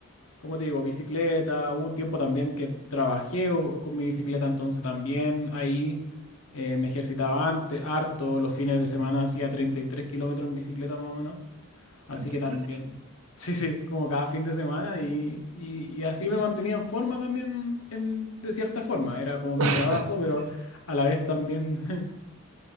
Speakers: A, on the left; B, on the right.
A: como te digo, bicicleta, hubo un tiempo también que trabajé o- con mi bicicleta, entonces también ahí eh, me ejercitaba antes, harto, los fines de semana hacía 33 kilómetros en bicicleta más o menos. Así
B: entre
A: que también,
B: tres.
A: sí, sí, como cada fin de semana y, y- y así me mantenía en forma también, en, de cierta forma. Era como
B: <laughs>
A: mi trabajo, pero a la vez también <laughs>